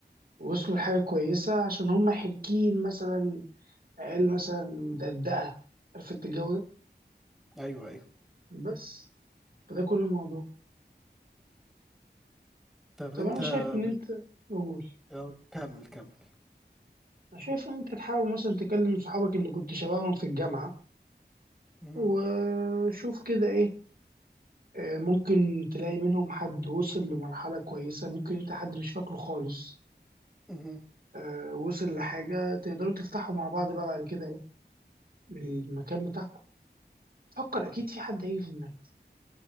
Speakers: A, on the right; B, in the centre.
A: وصلوا لحاجة كويسة عشان هم حركين مثلا عيال مثلا مدردقة عارف أنت الجو ده
B: أيوه، أيوه.
A: بس فده كل الموضوع
B: طَب
A: طب
B: أنت
A: انا شايف ان
B: بن
A: انت قول
B: آه، كمّل، كمّل.
A: انا شايف ان انت تحاول مثلا تكلم صحابك اللي كنت شبههم في الجامعة
B: اهم،
A: وشوف كده ايه آه، ممكن تلاقي منهم حد وصل لمرحلة كويسة ممكن انت حد مش فاكره خالص
B: اهم.
A: آه، وصل لحاجة تقدروا تفتحوا مع بعض بقى بعد كده ايه من المكان بتاعكم فكر اكيد في حد هيجي في دماغك